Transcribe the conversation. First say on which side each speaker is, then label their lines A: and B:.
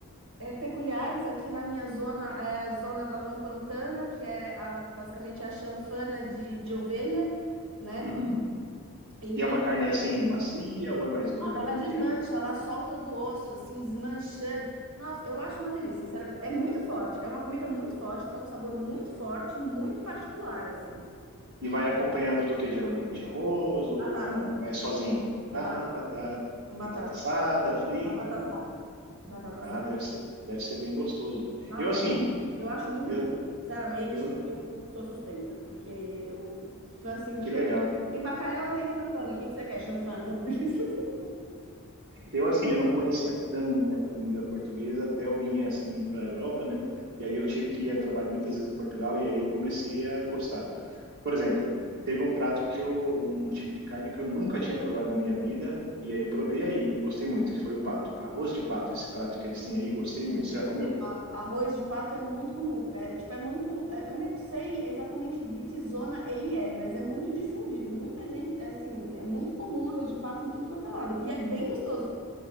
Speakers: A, on the right; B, on the right.
A: é, peculiares aqui na minha zona é a zona da Lampantana, que é a- basicamente a chanfana de, de ovelha, né?
B: uhum.
A: E
B: E é uma carne assim, macia ou é mais dura?
A: ó, ela
B: Como
A: desmancha,
B: que é?
A: ela solta do osso, assim, desmanchando. Nossa, eu acho uma delícia, sinceramente. É muito forte, é uma comida muito forte, tem um sabor muito forte, muito particular, assim.
B: E vai acompanhado do que geralmente? Arroz ou,
A: Batata,
B: ou não? Vai sozinho? Ah,
A: é batata,
B: batata.
A: com
B: Batata
A: batata,
B: assada, frita.
A: batata assada. Batata
B: Ah,
A: assada.
B: deve ser, deve ser bem gostoso.
A: Nossa,
B: Eu assim,
A: Eu acho muito
B: eu,
A: bom. Sinceramente,
B: eu
A: eu sou suspeita, porque eu, se for assim,
B: Que
A: tem,
B: legal.
A: tem bacalhau ou tem chanfana? O que que você quer, chanfana? <laughs>
B: Eu, assim, eu não conhecia tanto a comida portuguesa até eu vim, assim, para a Europa, né? E aí eu tive que ir a trabalho muitas vezes a Portugal e aí eu comecei a gostar. Por exemplo, teve um prato que eu, um, um tipo de carne que eu nunca tinha provado na minha vida e aí eu provei aí e gostei muito, que foi o pato. Arroz de pato, esse prato que eles têm aí, gostei muito. Você já comeu?
A: A- Arroz de pato é muito comum. É, é, tipo, é muito. é- eu nem sei exatamente de que zona ele é, mas é muito difundido. Muita gente, é, assim, é muito comum arroz de pato em tudo quanto é lado. E é bem gostoso.